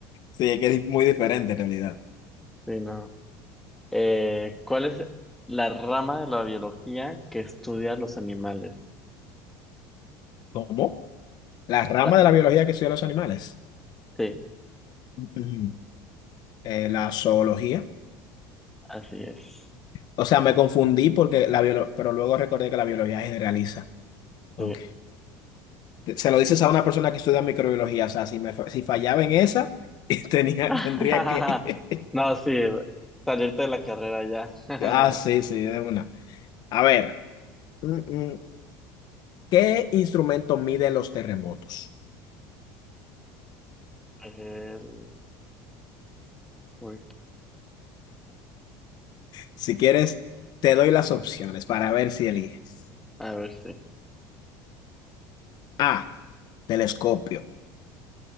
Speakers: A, on the left; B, in the centre.
A: Sí, es que es muy diferente en realidad.
B: Sí, no. Eh, ¿cuál es la rama de la biología que estudia los animales?
A: ¿Cómo? La rama
B: La-
A: de la biología que estudia los animales.
B: sí,
A: Ujú. Eh, la zoología.
B: así es.
A: O sea, me confundí porque la biolo- pero luego recordé que la biología generaliza. Ok.
B: Sí.
A: Se lo dices a una persona que estudia microbiología. O sea, si, me, fa- si fallaba en esa, <laughs> tenía,
B: <laughs>
A: tendría que... <laughs>
B: No, sí, salirte de la carrera ya. <laughs>
A: Ah, sí, sí, de una. A ver, mm, mm, ¿qué instrumento mide los terremotos?
B: El- uy,
A: Si quieres, te doy las opciones para ver si eliges.
B: a ver, sí.
A: A, telescopio.